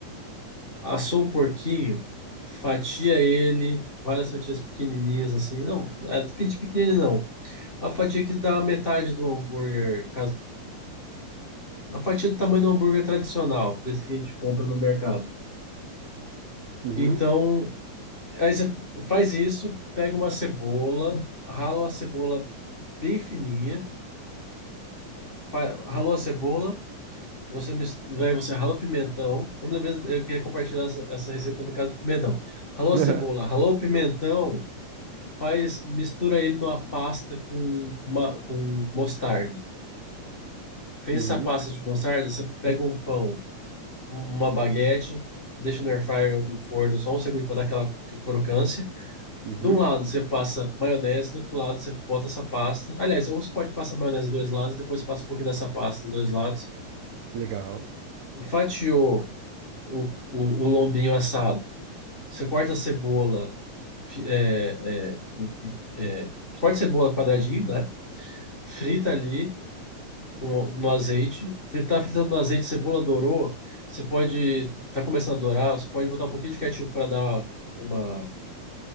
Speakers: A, on the left; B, on the right.
A: Assou o porquinho, fatia ele, várias fatias pequenininhas assim. Não, é, pequenininho não. A fatia que dá a metade do hambúrguer a fatia do tamanho do hambúrguer tradicional, desse que a gente compra no mercado.
B: uhum,
A: Então, aí você faz isso, pega uma cebola, rala a cebola bem fininha, fa- ralou a cebola, você mis- daí você rala o pimentão. Eu me lembrei, eu queria compartilhar essa, essa receita no caso do pimentão. Ralou
B: <laughs>
A: a cebola, ralou o pimentão, faz, mistura ele numa pasta com, uma, com mostarda. Fez
B: uhum,
A: essa pasta de mostarda, você pega um pão um- uma baguete, deixa no air fryer ou no forno só um segundo para dar aquela crocância.
B: uhum.
A: De um lado você passa maionese, do outro lado você bota essa pasta. Aliás, ou você pode passar maionese dos dois lados, depois passa um pouquinho dessa pasta dos dois lados.
B: Legal.
A: Fatiou o, o, o lombinho assado. Você corta a cebola, fi- é, é, é, é, corta a cebola quadradinho, né? Frita ali. com, no azeite. Fritar fritando no azeite, cebola dourou. Você pode, tá começando a dourar, você pode botar um pouquinho de ketchup para dar uma,